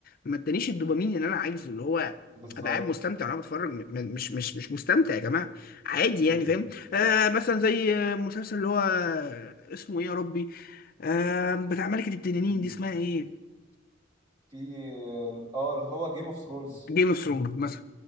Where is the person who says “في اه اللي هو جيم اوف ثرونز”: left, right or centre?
Right